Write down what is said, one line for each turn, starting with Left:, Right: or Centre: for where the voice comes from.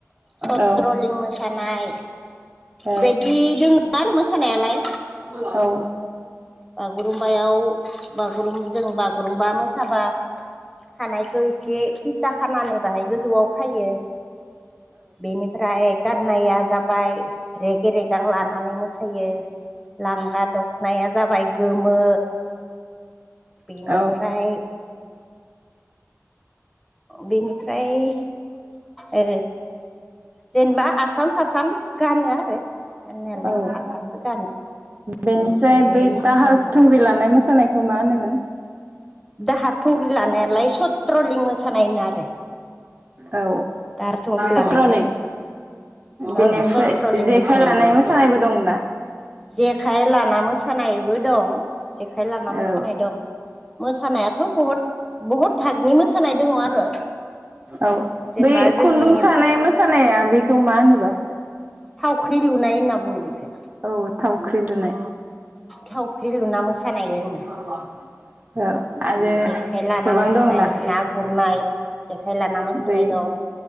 Centre: सथ्रलिं
Right: औ
Centre: मो सानाय
Right: औ
Centre: बेेदि दोंङो आरो मोसानायालाय।
Right: औ
Centre: बागुरुमबायाव बागुरुजों बागुरुम्बा मोसाबा थानायखौ इसे खानानै बाहाय गोजौआव खायो। बेनिफ्राय गाननाया जाबाय रेगे रेगां लानानै मोसायो। लांगा दखनाया जाबाय गोमो बेनिफ्राय
Right: औ
Centre: बेनिफ्राय ओ जेनबा आसान आसान गानो आरो गाननायालाय
Right: औ
Centre: आसानबो गानो।
Right: बेनिफ्राय
Centre: ओमफ्राय
Right: बै दाहाल
Centre: जेनेबा
Right: थुंग्रि लानाय मोसानायखो मा होनोमोन।
Centre: दाहार थुंग्रि लानायालाय सत्रलिं मोसानाय होनो आरो।
Right: औ
Centre: दाहार थुंग्रि लानायखौ
Right: सत्र'लिं बिनिफ्राय
Centre: ओं सत्रलिं
Right: जेखाइ
Centre: मोसानाय
Right: लानाय
Centre: होनो बेखौ
Right: मोसानायबो दंना।
Centre: जेखाइ लाना मोसानायबो दं जेखाइ लाना
Right: औ
Centre: मोसानाय दं। मोसानायाथ' बहुद बहुत भागनि मोसानाय दंङ आरो।
Right: औ
Centre: जेनेबा
Right: बै
Centre: जोंनि
Right: खुन्दुं सानाय मोसानाया बेखौ मा होनोबा।
Centre: थावख्रि लुनाय होनना बुङो बेखो।
Right: औ थावख्रि लुनाय।
Centre: थावख्रि लुना मोसानाय दोङो।
Right: <inaudible> औ आरो
Centre: जेखाइ लाना
Right: गोबां
Centre: मोसानाय
Right: दं दा
Centre: ना गुरनाय जेखाइ लाना मोसानाय
Right: बै
Centre: दं